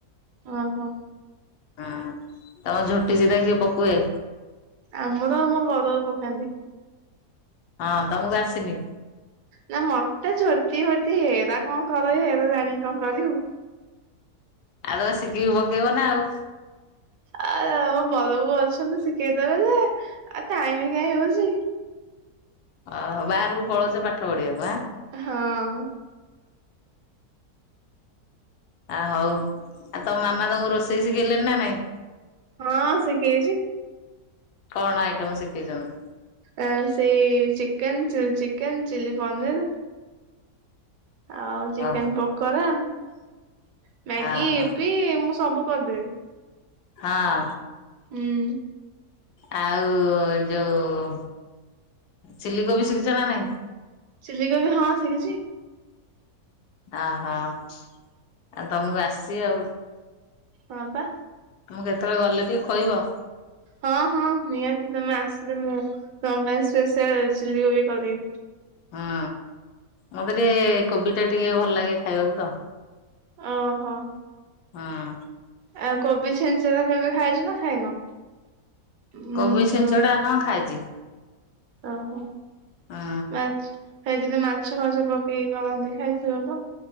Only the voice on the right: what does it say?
ଓହୋ।
ଆମର ମୋ ବଡ ପକାନ୍ତି।
ନା ମତେ ଝୋଟି ଭୋଟି ହେରା କଣ କର ହେରା ଜାଣିକି କଣ କରିବୁ।
ଆ ମୋ ବରବୋ ଅଛନ୍ତି ଶିଖେଇଦବେ ଯେ ଆ ଟାଇମ କାଇଁ ହେଉଛି
ହଁ।
ହଁ ଶିଖେଇଛି।
ଆ ସେଇ ଚିକେନ ଚ ଚିକେନ ଚିଲି ପନିର। ଆଉ ଚିକେନ
ପକୋରା ମ୍ୟାଗି
ଇ ପି ମୁଁ ସବୁ କରିଦେବି।
ହୁଁ।
ଚିଲ କୋବିି ହଁ ଶିଖିଛି।
ହଁ ପା।
ହଁ ହଁ ନିହାତି ତମେ ଆସିଲେ ମୁଁ ତମ ପାଇଁ ସ୍ପେଶାଆଲ ଚିଲି କବି କରିବି।
ଓହୋ।
ଆଉ କୋବି ଛେନଞ୍ଚା ତା କେବେ ଖାଇଛୁ ନା ଖାଇନ। ଉଁ
ଯୋଉ
ଓହୋ <inaudible>
ମାଛ <inaudible> ସେ ଯଦି ମାଛ ଫାଛ ପକେଇକି ଗଳନ୍ତି ଖାଇଥିବ ତୋ?